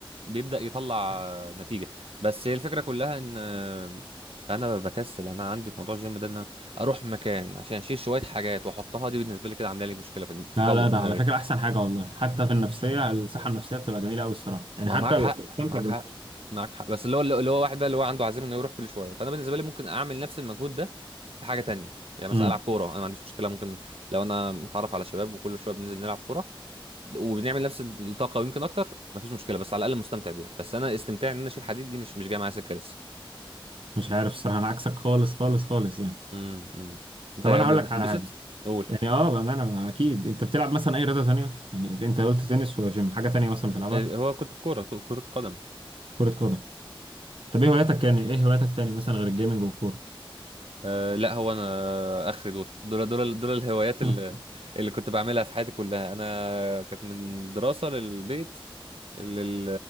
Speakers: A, on the right; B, on the right.
A: بيبدأ يطلع آه، نتيجة بس هي الفكرة كلها ان آه، انا بكسل انا عندي في موضوع الجيم ده ان أنا اروح مكان عشان اشيل شوية حاجات واحطها دي بالنسبة لي كده عاملة لي مشكلة في في
B: لا
A: قلبي
B: لا
A: في
B: ده
A: دماغي
B: على فكره احسن حاجه والله حتى في النفسيه الصحه النفسيه بتبقى جميله قوي الصراحه يعني
A: ما
B: حتى
A: معاك حق
B: ال- بستمتع
A: معاك
B: بالموضوع
A: حق معاك حق بس اللي هو اللي هو واحد بقى اللي هو عنده عزيمه انه يروح كل شويه فانا بالنسبه لي ممكن اعمل نفس المجهود ده في حاجه تانية يعني مثلا
B: امم
A: العب كوره انا ما عنديش مشكله ممكن لو انا متعرف على شباب وكل شويه بننزل نلعب كوره وبنعمل نفس الطاقه ويمكن اكتر ما فيش مشكله بس على الاقل مستمتع بيها بس انا استمتاع ان انا اشيل حديد دي مش مش جايه معايا سكه لسه
B: مش عارف الصراحه انا عكسك خالص خالص خالص يعني
A: امم انت
B: طب انا هقول لك
A: بتنبسط
B: على حاجه
A: قول
B: يعني اه بامانه بقى اكيد انت بتلعب مثلا اي رياضه تانية يعني انت قلت تنس وجيم حاجه تانية مثلا بتلعبها
A: إيه، هو كنت الكوره كره قدم
B: كره قدم طب ايه هواياتك كان ايه هواياتك تاني مثلا غير الجيمنج والكورة
A: أه لا هو انا اخر دول دول دول دول الهوايات اللي,
B: <laughs>
A: اللي كنت بعملها في حياتي كلها انا كانت من الدراسه للبيت لل...